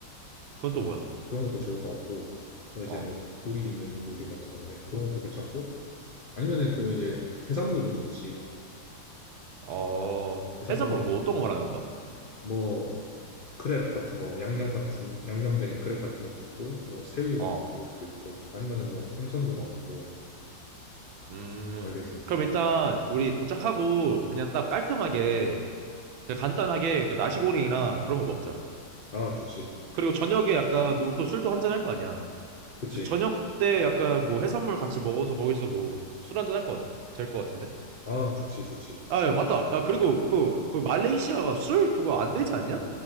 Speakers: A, on the right (about 85°); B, on the left (about 85°).
A: 그건
B: 그런
A: 또 뭐야?
B: 거- 그런 것도 좋을 것 같고 또 이제
A: 어,
B: 뭐 국이 있는 요리 같은 건데 그런 것도 괜찮고 아니면은 또 이제 해산물도 좋지.
A: 어.
B: 뭐 해산물
A: 해산물 뭐 어떤 거 말하는 거야?
B: 뭐 크랩 같은 거, 양념 같은 양념된 크랩 같은 것도 있고 뭐 새우 같은
A: 어,
B: 것도 있을 수도 있고 아니면은 뭐 생선도 많고
A: 음.
B: 잘 돼 있으니까.
A: 그럼 일단 우리 도착하고 그냥 딱 깔끔하게, 그냥 간단하게 그 나시고랭이랑 그런 거 먹자.
B: 아, 좋지.
A: 그리고 저녁에 약간 우리 또 술도 한 잔 할 거 아니야.
B: 그치.
A: 그래서 저녁 때 약간 뭐 해산물 같이 먹어서 거기서 뭐 술 한잔 할 것, 될것 같은데?
B: 아, 좋지, 좋지.
A: 아,
B: 그럼
A: 예, 맞다.
B: 이제,
A: 아, 그리고
B: 음.
A: 그, 그 말레이시아가 술 그거 안 되지 않냐?